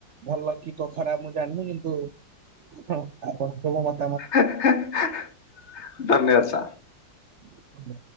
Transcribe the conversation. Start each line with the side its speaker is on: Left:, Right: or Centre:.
Right: ଭଲ କି କ ଖରାପ ମୁଁ ଜାଣିନି କିନ୍ତୁ ହଁ ଆପଣ ସବୁ ମତେ
Left: ହେଁ-ହେଁ-ହେଁ-ହେଁ ଧନ୍ୟବାଦ ସାର୍।
Right: ଆଉ।